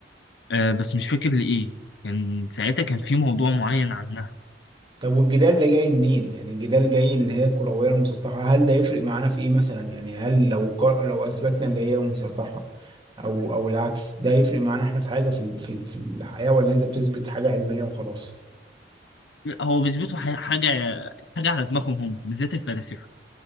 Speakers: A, on the left; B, on the right.
A: آه بس مش فاكر لإيه كان ساعتها كان في موضوع معين عنها
B: طب والجدال ده جاي منين؟ يعني الجدال جاي اللي هي الكروية المسطحة هل ده يفرق معانا في ايه مثلا؟ يعني هل لو ق- لو اثبتنا اللي هي مسطحة او او العكس ده هيفرق معانا احنا في حاجة في ال- في ال- في الحياة ولا انت بتثبت حاجة علمية وخلاص؟
A: هو بيثبتوا ح- حاجة حاجة على دماغهم هم بالذات الفلاسفة